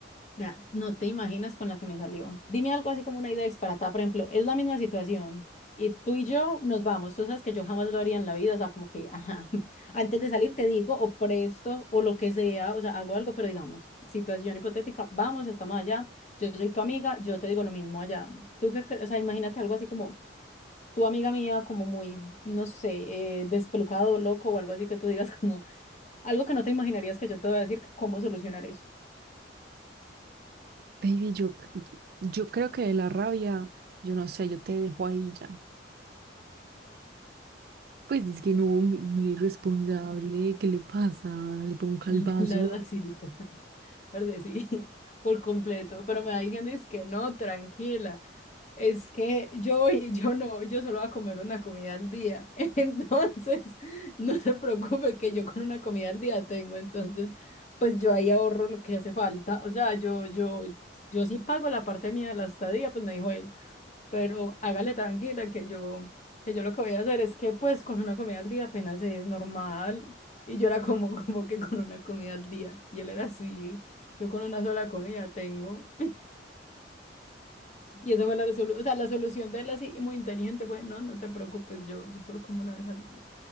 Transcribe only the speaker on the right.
Baby, yo, yo creo que de la rabia, yo no sé, yo te dejo ahí ya. Pues es que no, mi- muy irresponsable, ¿qué le pasa? Le pego un calvazo.